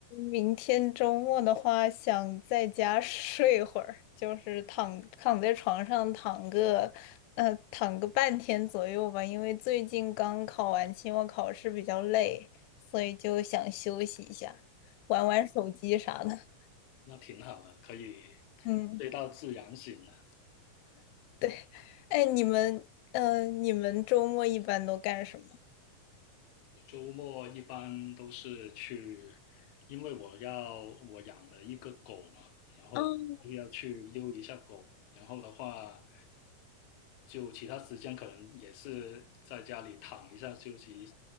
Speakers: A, on the left; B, on the left.
A: 明天周末的话，想在家睡会儿，就是躺躺在床上躺个，呃，躺个半天左右吧。因为最近刚考完期末考试，比较累，所以就想休息一下，玩玩手机啥的。
B: 那挺好的，可以
A: 嗯，
B: 睡到自然醒了。
A: 对。哎，你们，呃，你们周末一般都干什么？
B: 我周末一般都是去，因为我要我养了一个狗嘛，然后又要去溜一下狗，
A: 嗯，
B: 然后的话，就其他时间可能也是在家里躺一下休息一下，